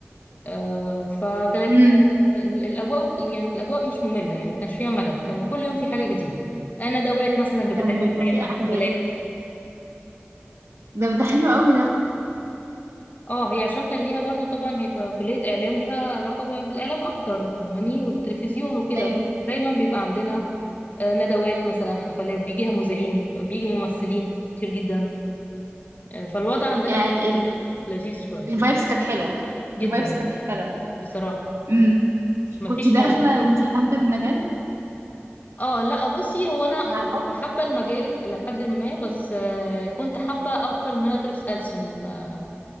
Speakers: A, on the left; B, on the right.
A: آه، فكانت
B: امم
A: آه، ال- الاجواء يعني الاجواء مش ممله يعني ما كانش فيها ملل كان كل يوم في حاجه جديده آه، ندوات مثلا بتتعمل
B: كان بيبقى
A: دايما
B: فيه احداث
A: حفلات
B: ده ده حلو قوي ده
A: اه هي عشان كان ليها برضو طبعا هي ك- كليه اعلام ليها علاقه ب- بالاعلام اكتر فاهماني والتلفزيون وكده
B: ايوه
A: دايما بيبقى عندنا آه، ندوات مثلا حفلات بيجيها مذيعين بيجي ممثلين كتير جدا آه، فالوضع عندنا
B: يعني
A: لذيذ شويه
B: الفايبس كانت حلوه
A: جدا
B: الفايبس كانت حلوه
A: بصراحه
B: امم
A: مفيش
B: كنت داخله
A: ملل
B: وانتي حابه المجال
A: اه لا بصي هو
B: بس
A: انا اه
B: عن
A: كنت
B: حب
A: حابه المجال الى حد ما بس آه، كنت حابه اكتر ان انا ادرس ألسن آه،